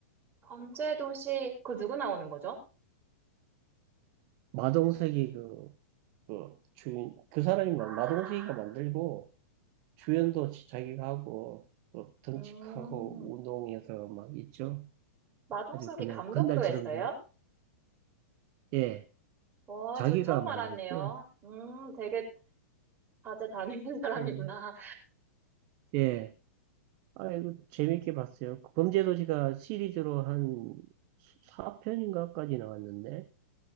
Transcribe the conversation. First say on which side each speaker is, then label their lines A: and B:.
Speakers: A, on the right; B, on the right.
A: 범죄도시, 그 누구 나오는 거죠?
B: 마동석이 그, 그 주인 그 사람이 만-
A: 아.
B: 마동석이가 만들고 주연도 지- 자기가 하고 또 덩치크하고
A: 음,
B: 운동해서 막 있죠.
A: 마동석이
B: 아주 그냥
A: 감독도
B: 건달처럼
A: 했어요?
B: 생 예,
A: 와,
B: 자기가
A: 저 처음
B: 만들었어요.
A: 알았네요. 음, 되게 다재 다능한 <laughs> 사람이구나.
B: 음, 예, 아이고 재밌게 봤어요. 그 범죄 도시가 시리즈로 한 4편인가까지 나왔는데